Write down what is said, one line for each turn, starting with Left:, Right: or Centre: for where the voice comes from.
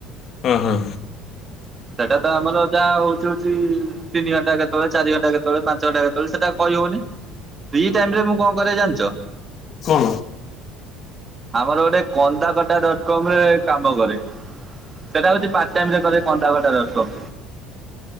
Left: ହଁ ହଁ
Right: ସେଟା ତ ଆମର ଯାହା ହଉଛି ହଉଛି ତିନି ଘଣ୍ଟା କେତେବେଳେ ଚାରି ଘଣ୍ଟା କେତେବେଳେ ପାଞ୍ଚ ଘଣ୍ଟା କେତେବେଳେ ସେଟା କହିହଉନି। ଏଇ ଟାଇମ ରେ ମୁଁ କଣ କରେ ଜାଣିଚ।
Left: କଣ
Right: ଆମର ଗୋଟେ କନ୍ଦାକଟା ଡଟକମ୍ ରେ କାମକରେ, ସେଟା ହଉଛି ପାର୍ଟାଇମରେ କରେ। କନ୍ଦାକଟା ଡ଼ଟ୍ କମ୍